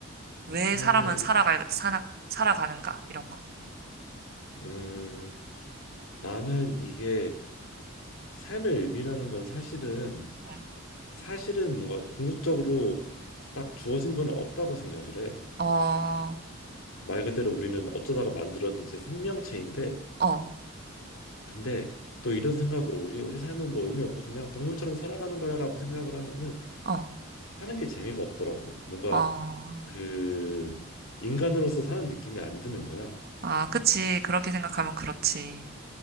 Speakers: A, on the right (about 45°); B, on the left (about 70°).
A: 왜
B: 삶의
A: 사람은 살아가,
B: 의미.
A: 살아, 살아가는가? 이런 거.
B: 음, 나는 이게 삶의 의미라는 건 사실은
A: 응.
B: 사실은 뭔가 궁극적으로 딱 주어진 건 없다고 생각을 해.
A: 어,
B: 말 그대로 우리는 어쩌다가 만들어진 이제 생명체인데
A: 어,
B: 근데 또 이런 생각으로 우리 우리 삶은 뭐 의미 없고 그냥 동물처럼 살아가는 거야라고 생각을 하면은
A: 어,
B: 사는 게 재미가 없더라고. 뭔가
A: 어.
B: 그 인간으로서 사는 느낌이 안 드는 거야.
A: 아, 그치. 그렇게 생각하면 그렇지.